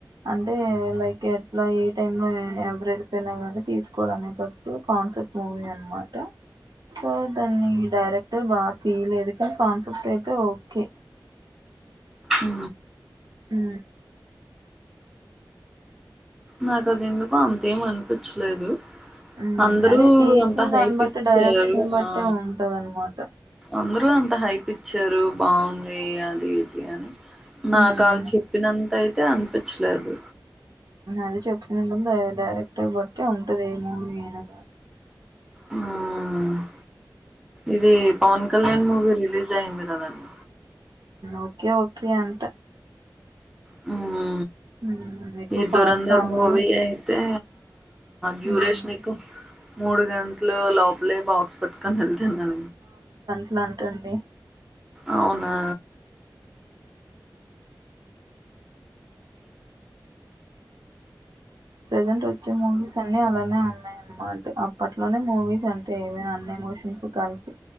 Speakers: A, on the right; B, in the centre.
A: అంటే లైక్ ఎట్లా ఏ టైమ్ లో ఎవరయిపోయినా కానీ తీసుకోవాల అనేటట్టు కాన్ కాన్సెప్ట్ మూవీ అనమాట సో దాన్ని డైరెక్టర్ బాగా తీయలేదు కానీ కోన్సెప్ట్ అయితే ఓకే.
B: ఉ
A: ఉ
B: నాకి అది ఎందుకో అంతేం అనిపించలేదు
A: మ్మ్
B: అందరూ
A: అదే తీసిన
B: అంత హైపిచ్చారు
A: దాన్ని బట్టి డైరెక్షన్ బట్టే
B: ఆ
A: ఉంటదనమాట
B: అందరూ అంత హైపిచ్చారు బాగుంది అది ఇది అని నాకు
A: మ్మ్
B: వాళ్ళు చెప్పినంత అయితే అనిపించలేదు
A: అది చెప్తు డైరెక్టర్ బట్టి ఉంటద ఏమో ననగా
B: ఆ ఇది పవన్ కళ్యాణ్ మూవీ రిలీజ్ అయింది కదండి
A: ఓకే ఓకే అంట
B: హ
A: మ్మ్ ఎక్కువ
B: ఈ
A: పాత
B: దరంధర్
A: సాంగులు
B: మూవి అయితే డ్యూరేషన్
A: మ్మ్
B: మూ గంటలు లోపలే బాక్స్ లుతన్న
A: ఎలాంటండి
B: అవునా
A: ప్రజెంట్ వచ్చే మూవీస్ అన్ని అలానే ఉన్నాయి అన్నమాట అప్పట్లోనే మూవీస్ అంటే ఏవైనా అన్న ఎమోషన్స్ కలిపి